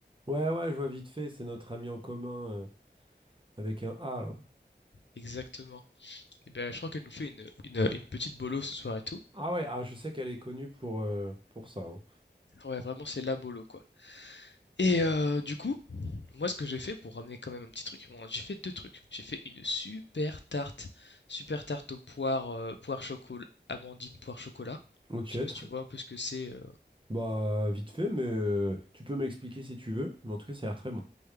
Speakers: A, on the right; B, on the left.
A: Ouais, ouais, je vois vite fait, c'est notre ami en commun euh, avec un A là.
B: Exactement. Et ben, je crois qu'elle nous fait une, une, une petite bolo ce soir et tout.
A: Ah ouais, ah, je sais qu'elle est connue pour, euh, pour ça. hein.
B: Ouais, vraiment, c'est la bolo quoi. Et euh, du coup, moi, ce que j'ai fait pour ramener quand même un petit truc, bon, j'ai fait deux trucs. J'ai fait une super tarte, super tarte aux poires, euh, poire chocolat, amandine, poire chocolat.
A: Ok,
B: Je sais pas
A: tr-
B: si tu vois un peu ce que c'est. euh,
A: bah vite fait, mais euh, tu peux m'expliquer si tu veux, mais en tout cas ça a l'air très bon.